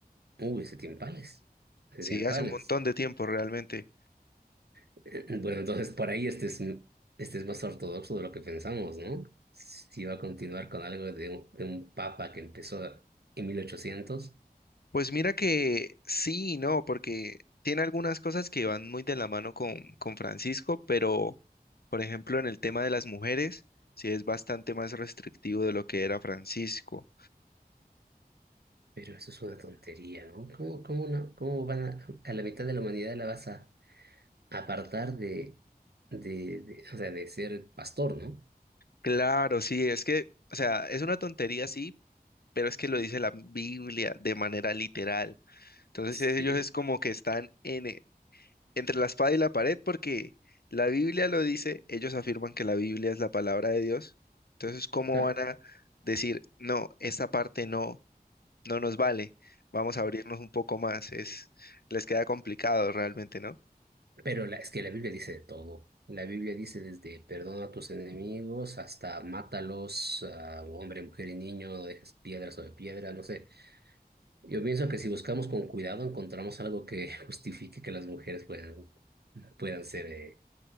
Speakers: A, on the right (about 85°); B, on the left (about 75°).
A: Uy, ese tiempales, ese
B: Sí,
A: tiempales.
B: hace un montón de tiempo realmente.
A: <laughs> Eh, Bueno, entonces por ahí este es, este es más ortodoxo de lo que pensamos, ¿no? Si va a continuar con algo de un, de un papa que empezó en 1800,
B: Pues mira que sí y no, porque tiene algunas cosas que van muy de la mano con, con Francisco, pero por ejemplo en el tema de las mujeres, sí es bastante más restrictivo de lo que era Francisco.
A: pero eso es una tontería, ¿no? ¿Cómo, cómo, una- cómo van a, a la mitad de la humanidad la vas a apartar de, de, de- o sea, de ser pastor, ¿no?
B: Claro, sí, es que, o sea, es una tontería, sí, pero es que lo dice la Biblia de manera literal. Entonces
A: Sí,
B: ellos es como que están en, entre la espada y la pared porque la Biblia lo dice, ellos afirman que la Biblia es la palabra de Dios. Entonces, ¿cómo
A: claro,
B: van a decir, no, esta parte no, no nos vale? Vamos a abrirnos un poco más. Es, les queda complicado realmente, ¿no?
A: Pero la- es que la Biblia dice de todo. La Biblia dice desde perdona a tus enemigos hasta mátalos a hombre, mujer y niño, no dejes piedra sobre piedra, no sé. Yo pienso que si buscamos con cuidado encontramos algo que <laughs> justifique que las mujeres puedan, puedan ser, eh,